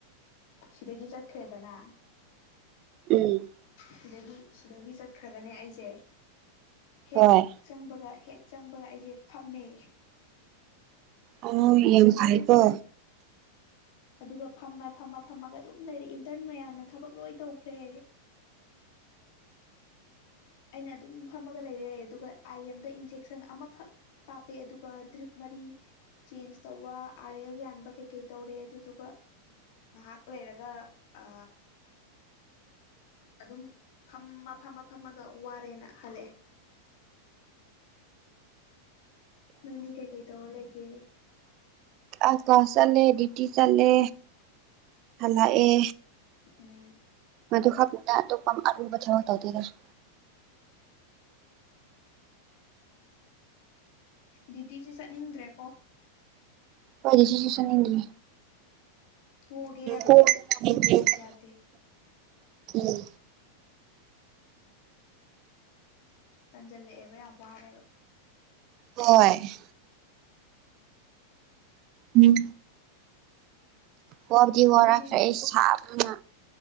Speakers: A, on the left; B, on the right.
A: ꯁꯤꯗꯒꯤ ꯆꯠꯈ꯭ꯔꯦꯗꯅ
B: ꯎꯝ
A: ꯁꯤꯗꯒꯤ ꯁꯤꯗꯒꯤ ꯆꯠꯈ꯭ꯔꯒꯅꯦ ꯑꯩꯁꯦ ꯍꯦꯛ
B: ꯍꯣꯏ
A: ꯆꯪꯕꯒ ꯍꯦꯛ ꯆꯪꯕꯒ ꯑꯩꯁꯦ ꯐꯝꯃꯦ
B: ꯑꯧ ꯌꯦꯡ
A: ꯑꯗꯨꯒ
B: <inaudible> ꯐꯥꯏꯀꯣ
A: ꯑꯗꯨꯒ ꯐꯝꯃ ꯐꯝꯃ ꯐꯝꯃꯒ ꯑꯗꯨꯝ ꯂꯩꯔꯦ ꯏꯟꯇ꯭ꯔꯟ ꯃꯌꯥꯝꯅ ꯊꯕꯛ ꯂꯣꯏ ꯇꯧꯈ꯭ꯔꯦ ꯑꯩꯅ ꯑꯗꯨꯝ ꯐꯝꯃꯒ ꯂꯩꯔꯦ ꯑꯗꯨꯒ ꯑꯥꯏ ꯑꯦꯝꯗ ꯏꯟꯖꯦꯛꯁꯟ ꯑꯃꯈꯛ ꯀꯥꯞꯄꯦ ꯑꯗꯨꯒ ꯗ꯭ꯔꯤꯞ ꯃꯔꯤ ꯆꯦꯟꯖ ꯇꯧꯕ ꯑꯥꯔ ꯑꯦꯜ ꯌꯥꯟꯕ ꯀꯩꯀꯩ ꯇꯧꯔꯦ ꯑꯗꯨꯗꯨꯒ ꯉꯍꯥꯛ ꯂꯩꯔꯒ ꯑ ꯑꯗꯨꯝ ꯐꯝꯃ ꯐꯝꯃ ꯐꯝꯃꯒ ꯋꯥꯔꯦꯅ ꯍꯜꯂꯛꯑꯦ
B: ꯑꯣ
A: ꯅꯪꯗꯤ ꯀꯩꯀꯩ ꯇꯧꯔ ꯂꯩꯒꯦ
B: ꯑꯁ ꯀ꯭ꯂꯥꯁ ꯆꯠꯂꯦ ꯗ꯭ꯌꯨꯇꯤ ꯆꯠꯂꯦ ꯍꯜꯂꯛꯑꯦ
A: ꯎꯝ
B: ꯃꯗꯨ ꯈꯛꯇ ꯑꯇꯣꯞꯄ ꯑꯔꯨꯕ ꯊꯕꯛ ꯇꯧꯗꯦꯗ ꯀꯩꯁꯨ
A: ꯗ꯭ꯌꯨꯇꯤꯁꯦ ꯆꯠꯅꯤꯡꯗ꯭ꯔꯦꯀꯣ
B: ꯍꯣꯏ ꯗꯌ꯭ꯨꯨꯇꯤꯁꯨ ꯆꯠꯅꯤꯡꯗ꯭ꯔꯦ
A: ꯇꯣꯛꯑꯒꯦ ꯍꯥꯏꯕꯁꯨ
B: ꯀꯣꯛ ꯌꯥꯝ ꯏꯪꯅ <inaudible> ꯂꯩꯅꯤꯡꯉꯦ
A: ꯌꯥꯗꯦ
B: ꯎꯝ
A: ꯇꯟꯖꯜꯂꯛꯑꯦꯕ ꯌꯥꯝ ꯋꯥꯔꯦꯕ
B: ꯍꯣꯏ ꯎꯝ ꯋꯥꯕꯗꯤ ꯋꯥꯔꯛꯈ꯭ꯔꯦ
A: ꯅꯪꯒꯤ
B: ꯑꯩ ꯁꯥꯕꯅ